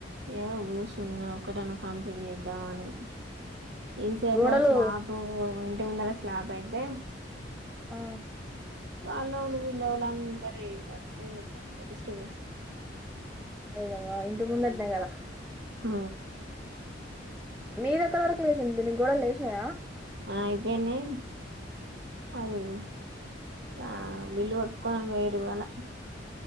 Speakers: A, on the right; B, in the centre.
A: ఏమో కూ సున్నా ఒకటన్నకాం పెళ్లి చేద్దామని ఇంతసేపు
B: గోడలు
A: ఆ స్లాపూ ఇంటి ముందర స్లాప్ అయితే
B: ఆ
A: వాల్లోళ్ళు వీల్లోళ్ళు అందరూ ఈన్నే అంతే ఇగ డిస్టబెన్స్
B: అరే అవ్వ ఇంటి ముందట్నే కదా
A: హ
B: మీదెక్కడి వరకు లేసింది పిన్ని గోడలు లేసినయా
A: ఆ ఇ వీన్నీ అది ఆ బిల్లు కొట్టుకొని పోయిన్రు ఇవ్వాళ్ళ